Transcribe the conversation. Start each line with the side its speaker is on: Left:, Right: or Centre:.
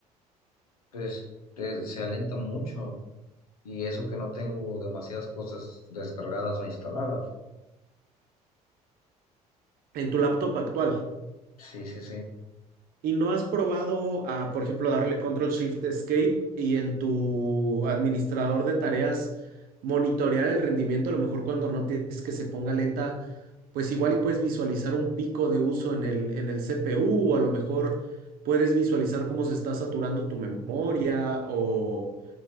Left: pues, eh, se alenta mucho. Y eso que no tengo demasiadas cosas descargadas o instaladas.
Right: en tu laptop actual.
Left: Sí, sí, sí.
Right: ¿Y no has probado a, por ejemplo, darle Control Shift Escape y en tu administrador de tareas monitorear el rendimiento? A lo mejor cuando notes que se ponga lenta, pues igual y puedes visualizar un pico de uso en el, en el CPU o a lo mejor puedes visualizar cómo se está saturando tu memoria o,